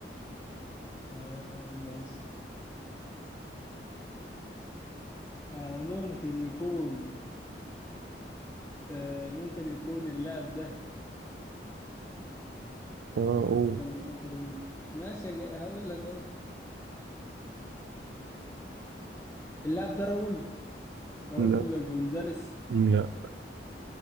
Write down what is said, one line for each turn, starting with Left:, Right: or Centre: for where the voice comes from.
Left: آه ماشي آه ممكن يكون آه ممكن يكون اللاعب ده
Right: اه
Left: ممكن-
Right: أوه.
Left: كان- ماشي هقول لك اهو اللاعب ده راؤول راؤول
Right: لا
Left: جونزاليس
Right: لا